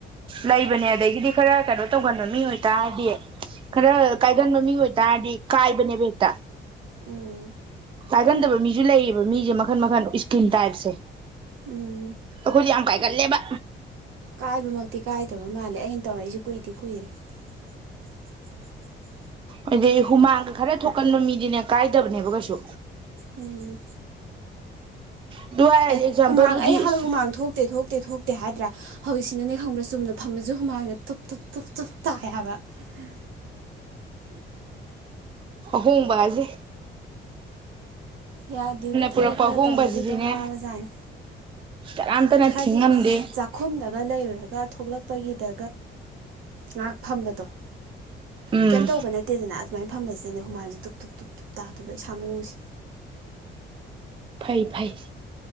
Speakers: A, on the right (about 25°); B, on the right (about 85°).
A: ꯂꯩꯕꯅꯦ ꯑꯗꯒꯤꯗꯤ ꯈꯔ ꯀꯩꯅꯣ ꯇꯧꯒꯟꯕ ꯃꯤ ꯑꯣꯏꯇꯥꯔꯗꯤ ꯈꯔ ꯀꯥꯏꯒꯟꯕ ꯃꯤ ꯑꯣꯏꯇꯥꯔꯗꯤ ꯀꯥꯏꯕꯅꯦꯕ ꯍꯦꯛꯇ
B: ꯎꯝ
A: ꯀꯥꯏꯒꯟꯗꯕ ꯃꯤꯁꯨ ꯂꯩꯌꯦꯕ ꯃꯤꯁꯦ ꯃꯈꯟ ꯃꯈꯟ ꯏꯁꯀꯤꯟ ꯇꯥꯏꯞꯁꯦ
B: ꯎꯝ
A: ꯑꯩꯈꯣꯏꯗꯤ ꯌꯥꯝ ꯀꯥꯏꯒꯜꯂꯦꯕ
B: ꯀꯥꯏꯕꯃꯛꯇꯤ ꯀꯥꯏꯗꯕ ꯃꯥꯜꯂꯦ ꯑꯩꯅ ꯇꯧꯔꯛꯏꯁꯤꯦ ꯀꯨꯏꯗꯤ ꯀꯨꯏꯔꯦ ꯎꯝ
A: ꯍꯥꯏꯗꯤ ꯍꯨꯃꯥꯡꯒ ꯈꯔ ꯊꯣꯛꯀꯟꯕ ꯃꯤꯗꯤꯅꯦ ꯀꯥꯏꯗꯕꯅꯦꯕ ꯀꯩꯁꯨ
B: ꯎꯝ
A: ꯑꯗꯨ ꯍꯥꯏꯔꯗꯤ
B: ꯑꯦ
A: ꯑꯦꯛꯖꯥꯝꯄꯜꯕꯨꯗꯤ
B: ꯍꯨꯃꯥꯡ ꯑꯩ ꯍꯥꯟꯅ
A: ꯏꯁ
B: ꯍꯨꯃꯥꯡ ꯊꯣꯛꯇꯦ ꯊꯣꯛꯇꯦ ꯊꯣꯛꯇꯦ ꯍꯥꯏꯗ꯭ꯔꯥ ꯍꯧꯖꯤꯛꯁꯤꯅꯅꯦ ꯈꯪꯕ꯭ꯔꯥ ꯆꯨꯝꯅ ꯐꯝꯝꯕꯁꯨ ꯍꯨꯃꯜꯗ ꯇꯨꯞ ꯇꯨꯞ ꯇꯨꯞꯞ ꯇꯨꯞ ꯇꯥꯏꯌꯦꯕ ꯎ
A: ꯍꯣꯡ ꯖꯦ
B: ꯌꯥꯗꯦꯕꯨ ꯊꯕꯛ
A: ꯄꯨꯔꯛꯄ
B: ꯈꯔ
A: ꯑꯍꯣꯡꯕꯁꯤꯗꯤꯅꯦ
B: ꯇꯧꯔꯗꯤ ꯑꯗꯨꯣ ꯋꯥ ꯖꯥꯅꯤ
A: ꯀꯅꯥꯝꯇꯅ
B: ꯍꯥꯏꯗꯤ
A: ꯊꯤꯡꯉꯝꯗꯦ
B: ꯆꯥꯛꯈꯨꯝꯗꯒ ꯂꯩꯔꯨꯔꯒ ꯊꯣꯛꯂꯛꯄꯒꯤꯗ ꯉꯥꯏꯍꯥꯛ ꯐꯝꯕꯗꯣ
A: ꯎꯝ
B: ꯀꯩꯝ ꯇꯧꯕ ꯅꯠꯇꯦꯗꯅ ꯁꯨꯃꯥꯏꯅ ꯐꯝꯕꯁꯤꯗꯗꯤ ꯍꯨꯃꯟꯁꯦ ꯇꯨꯞ ꯇꯨꯞ ꯇꯨꯞ ꯇꯞ ꯇꯥꯗꯕ ꯏꯁꯥ ꯃꯅꯨꯡꯁꯦ
A: ꯐꯩ ꯐꯩ